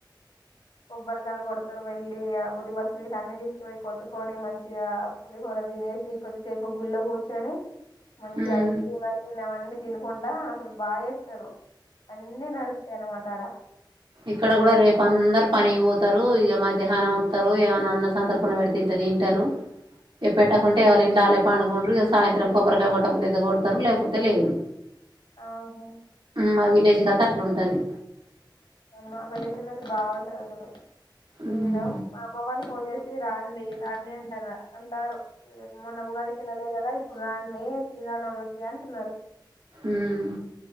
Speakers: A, on the left; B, on the right.
A: కొబ్బరికాయలు కొడతారు. వెళ్లి ఆ ఊది బస్తీలు అన్ని తీసుకుపోయి కొట్టుకొని మంచిగా పులిహోర తినేసి కొద్దిసేపు గుళ్ళో కూర్చొని. మంచి
B: ఉమ్
A: ఐస్ క్రీమ్ గాని తినెవాళ్లకి అన్ని తినుకుంటా అసలు బాగెస్తారు అన్నీ నడుస్తస్తాయన్న మాటా ఆడ
B: ఇక్కడ కూడా రేపుందరు పని పోతారు ఇగ మధ్యాహ్నం వత్తారు ఏమన్నా అన్న సంతర్పణ పెడితే ఇంత తింటారు ఎ పెట్టకుంటే ఎవళ ఇంట్లో ఆళ్లకు పడుకుంట్రు ఇక సాయంత్రం కొబ్బరికాయ కొట్టబుత్తి అయితే కొడతారు లేకపోతే లేదు
A: ఆహా
B: మా విలేజ్ కత్ అట్లు ఉంటాది
A: మా విలేజ్ లోది బాగుంటది అసలు చేయడం
B: మ్మ్
A: మా అమ్మ వాళ్ళు ఫోన్ చేసి రాం డి రండి అంటరు అంటారు ఇది మొన్న ఉగాదికి ఎల్లాలే గద పురాన్ని సీతనామకి అంటున్నారు.
B: ఉమ్